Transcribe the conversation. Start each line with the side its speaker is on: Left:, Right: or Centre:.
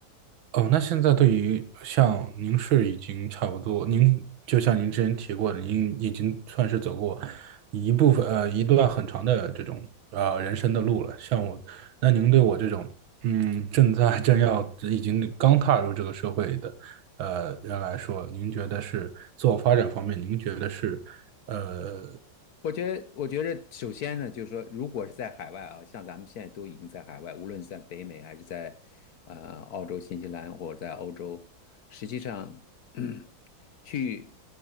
Right: 哦，那现在对于像您是已经差不多，您就像您之前提过的，您已经算是走过一部分呃一段很长的这种呃人生的路了。像我，那您对我这种嗯正在正要已经刚踏入这个社会的呃人来说，您觉得是自我发展方面，您觉得是呃
Left: 我觉得，我觉得首先呢，就是说，如果是在海外啊，像咱们现在都已经在海外，无论是在北美还是在呃澳洲、新西兰或者在欧洲，实际上 <clears throat> 去